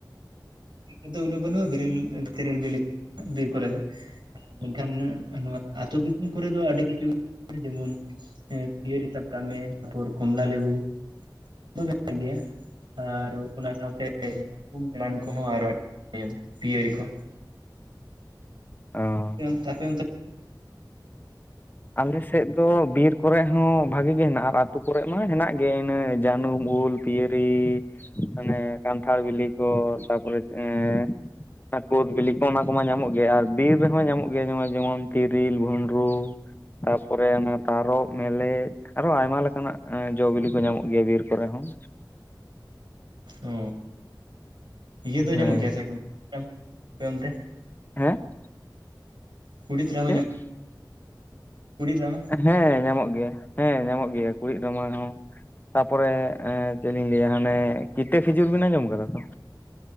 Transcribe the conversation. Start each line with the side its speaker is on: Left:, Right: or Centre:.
Right: ᱟᱫᱚ ᱩᱱᱟᱹᱜ ᱵᱟᱹᱱᱩᱜ-ᱟ ᱵᱮᱨᱮᱞ ᱛᱮᱨᱮᱞ ᱵᱮᱞᱮ ᱵᱤᱨ ᱠᱚᱨᱮ ᱫᱚ, ᱟᱨ ᱢᱮᱱᱠᱷᱟᱱ ᱱᱚᱣᱟ ᱟᱹᱛᱩ ᱯᱷᱩᱱ ᱠᱚᱨᱮ ᱫᱚ ᱟᱹᱰᱤ ᱠᱤᱪᱷᱩ, ᱡᱮᱢᱚᱱ ᱯᱤᱭᱟᱹᱨᱤ ᱥᱟᱵ ᱠᱟᱜ ᱢᱮ ᱛᱟᱨᱯᱚᱨ ᱠᱚᱢᱞᱟ ᱞᱮᱵᱩ ᱛᱚ ᱢᱮᱱᱟᱜ ᱜᱮᱭᱟ ᱟᱨ ᱚᱱᱟ ᱥᱟᱶᱛᱮ <inaudible> ᱮᱢᱟᱱ ᱠᱚᱦᱚᱸ ᱟᱨᱚ <unintelligible> ᱯᱤᱭᱟᱹᱨᱤ ᱠᱚ᱾
Left: ᱚ
Right: ᱟᱯᱮ ᱚᱱᱛᱮ ᱟᱯᱮ ᱚᱱᱛᱮ
Left: ᱟᱞᱮ ᱥᱮᱫ ᱫᱚ ᱵᱤᱨ ᱠᱚᱨᱮ ᱦᱚᱸ ᱵᱷᱟᱜᱮ ᱜᱮ ᱦᱮᱱᱟᱜ-ᱟ ᱟᱨ ᱟᱛᱳ ᱠᱚᱨᱮ ᱢᱟ ᱦᱮᱱᱟᱜ ᱜᱮ ᱤᱱᱟᱹ ᱡᱟᱹᱱᱩᱢ, ᱩᱞ ᱯᱤᱭᱟᱹᱨᱤᱻ ᱢᱟᱱᱮ ᱠᱟᱱᱴᱷᱟᱲ ᱵᱤᱞᱤ ᱠᱚ ᱛᱟᱯᱚᱨᱮ ᱮᱸᱻ᱾ ᱠᱳᱫ ᱵᱤᱞᱤ ᱠᱚ ᱚᱱᱟ ᱠᱚᱢᱟ ᱧᱟᱢᱚᱜ ᱜᱮᱭᱟ, ᱟᱨ ᱵᱤᱨ ᱨᱮᱦᱚᱸ ᱧᱟᱢᱚᱜ ᱜᱮᱭᱟ ᱱᱚᱜ-ᱚᱭ ᱡᱮᱢᱚᱱ ᱛᱤᱨᱤᱞ, ᱵᱷᱩᱸᱱᱰᱨᱩ ᱛᱟᱯᱚᱨᱮ ᱚᱱᱟ ᱛᱟᱨᱚᱵ, ᱢᱮᱞᱮᱜ᱾ ᱟᱨᱚ ᱟᱭᱢᱟ ᱞᱮᱠᱟᱱᱟᱜ ᱡᱚ ᱵᱤᱞᱤ ᱠᱚ ᱧᱟᱢᱚᱜ ᱜᱮᱭᱟ ᱵᱤᱨ ᱠᱚᱨᱮ ᱦᱚᱸ᱾
Right: ᱚ ᱤᱭᱟᱹ ᱫᱚ ᱧᱟᱢᱚᱜ
Left: ᱦᱮᱸ
Right: ᱜᱮᱭᱟ ᱥᱮ ᱵᱟᱝ <inaudible> ᱟᱯᱮ ᱚᱱᱛᱮ᱾
Left: ᱦᱮᱸ᱾
Right: ᱠᱩᱲᱤᱫᱨᱟᱢᱟ ᱧᱟᱢᱚᱜ
Left: <inaudible>
Right: ᱠᱩᱲᱤᱜ ᱨᱟᱢᱟ᱾
Left: ᱦᱮᱸ ᱧᱟᱢᱚᱜ ᱜᱮᱭᱟ, ᱦᱮᱸ ᱧᱟᱢᱚᱜ ᱜᱮᱭᱟ ᱠᱩᱲᱤᱜ ᱨᱟᱢᱟ ᱦᱚᱸ ᱾ ᱛᱟᱯᱚᱨᱮ ᱮ ᱪᱮᱫ ᱞᱤᱧ ᱞᱟᱹᱭᱟ ᱦᱟᱱᱮ ᱠᱤᱛᱟᱹ ᱠᱷᱤᱡᱩᱨ ᱵᱤᱱ ᱟᱸᱡᱚᱢ ᱠᱟᱫᱟ ᱛᱚ?